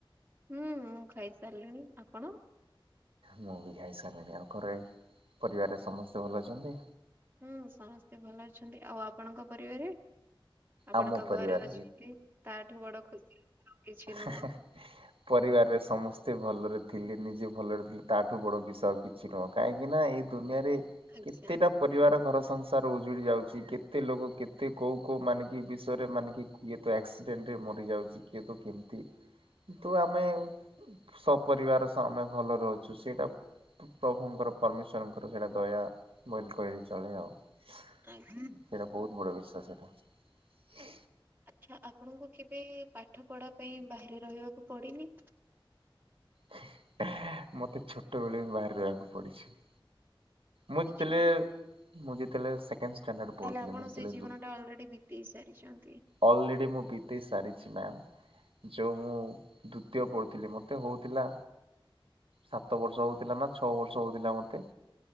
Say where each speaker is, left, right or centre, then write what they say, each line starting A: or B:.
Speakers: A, on the right (about 20°); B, on the right (about 85°).
A: ହୁଁ ମୁଁ ଖାଇ ସାରିଲିଣି। ଆପଣ?
B: ମୁଁ ବି ଖାଇସାଲିଣି। ଆଉ ଘରେ ପରିବାରରେ ସମସ୍ତେ ଭଲ ଅଛନ୍ତି?
A: ହୁଁ ସମସ୍ତେ ଭଲ ଅଛନ୍ତି। ଆଉ ଆପଣଙ୍କ ପରିବାରେ? ଆପଣ
B: ଆମ
A: ତ
B: ପରିବାର
A: ଘରେ ଅଛନ୍ତି, ତାଠୁ ବଡ ଖୁସି କିଛି
B: ହେଁ
A: ନୁହଁ।
B: ହେଁ ପରିବାରରେ ସମସ୍ତେ ଭଲରେ ଥିଲେ ନିଜେ ଭଲରେ ଥିଲି ତାଠୁ ବଡ ବିଷୟ କିଛି ନୁହଁ, କାହିଁକି ନା ଏଇ ଦୁନିଆରେ
A: ଆଜ୍ଞା
B: କେତେଟା ପରିବାର ଘର ସଂସାର ଉଜୁଡି ଯାଉଛି, କେତେ ଲୋକ କେତେ କୋଉ କୋଉ ମାନେ ବିଷୟରେ ମାନେ କି କିଏ ତ ଆକ୍ସିଡେଣ୍ଟ ରେ ମରି ଯାଉଛି, କିଏ ତ କେମତି? କି ତୁ ଆମେ, ସପରିବାର ସହ ମେ ଭଲ ରହୁଛୁ। ସେଇଟା ପ୍ରଭୁଙ୍କର ପରମେଶ୍ଵରଙ୍କର ସେଇଟା ଦୟା ବଇଲେ କହିଲେ ଚଳେ ଆଉ। ସେଇଟା
A: ଆଜ୍ଞା।
B: ବହୁତ ବଡ଼ ବିଶ୍ୱାସ ସେଟା। ହୁଁ
A: ଆଚ୍ଛା, ଆପଣଙ୍କୁ କେବେ ପାଠ ପଢା ପାଇଁ ବାହାରେ ରହିବାକୁ ପଡିନି?
B: ହି ହେଁ, ମତେ ଛୋଟ ବେଳେ ହିଁ ବାହାରେ ରହିବାକୁ ପଡିଛି। ମୁଁ ଯେତେଳେ
A: ଆଚ୍ଛା
B: ମୁଁ ଯେତେଳେ ସେକେଣ୍ଡ ପଢୁଥିଲି
A: ତାହେଲେ ଆପଣ
B: ମୁଁ ଯେତେବେଳେ
A: ସେଇ ଜୀବନ ଟା ଅଲରେଡି ବିତେଇ ସାରିଛନ୍ତି।
B: ଅଲରେଡି ମୁଁ ବିତେଇ ସାରିଛି ମ୍ୟାାମ। ଯଉ ମୁଁ ଦ୍ଵିତୀୟ ପଢୁଥିଲି ମତେ ହଉଥିଲା ସାତ ବର୍ଷ ହଉଥିଲା ନା ଛଅ ବର୍ଷ ହଉଥିଲା ମତେ।